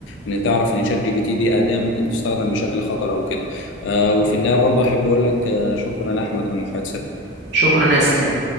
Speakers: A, on the left (about 70°); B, on the right (about 65°).
A: ان تعرف ان شات جي بي تي دي اداه ممكن تستخدم بشكل خطر او كده آه، وفي النهايه برضه احب اقول لك آه، شكرا يا احمد على المحادثه
B: شكرا يا اسلام